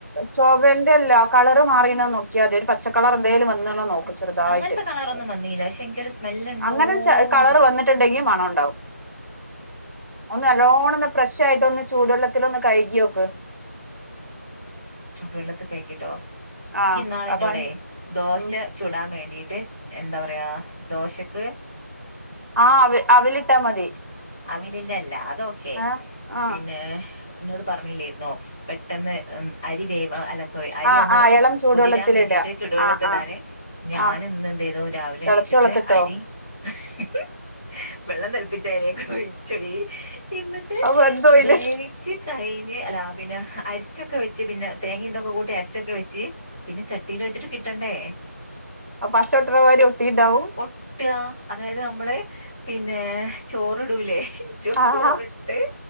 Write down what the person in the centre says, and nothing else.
അങ്ങൻത്തെ കളറൊന്നും വന്നീല്ല. പക്ഷെ എനിക്കൊരു സ്മെല്ല്ണ്ടോന്നൊരു
<inaudible>
ചൂടുവെള്ളത്ത് കഴിക്കിട്ടോ
ഇയ്യ്ന്നാളെന്നോടെ
ദോശ.
ചുടാൻ വേണ്ടീട്ട് എന്താ പറയാ ദോശക്ക്.
അമിലിന്റെ അല്ല. അതോക്കെ.
പിന്നേ ന്നോട് പറഞ്ഞീല്ലേര്‌ന്നോ. പെട്ടെന്ന് ഉം അരി വേ അല്ല സോറി അരി
ഒന്ന്
കുതിരാൻ വേണ്ടിട്ട് ചുടുവെള്ളത്തിലിടാന്.
ഞാന്
ഇന്ന് എന്തെയ്തു രാവിലെ
എണീച്ചിട്ട്
അരി <unintelligible> വെള്ളം തിളപ്പിച്ച്‌ അയിലേക്ക് ഒഴിച്ചെടീ <unintelligible> എന്നിട്ട്
ബേവി ച്ചി കഴിഞ്ഞ് അല്ലാ പിന്നെ അര്ച്ചൊക്കെ വെച്ച് പിന്നെ തേങ്ങിം തൊക്കെ കൂട്ടി അരച്ചൊക്കെ വെച്ച് പിന്നെ ചട്ടീല് വെച്ചിട്ട് കിട്ടണ്ടേ?
ഒട്ടാ അതായത് നമ്മള് പിന്നെ ചോ അ ടൂലെ <unintelligible> ചോറിട്ട്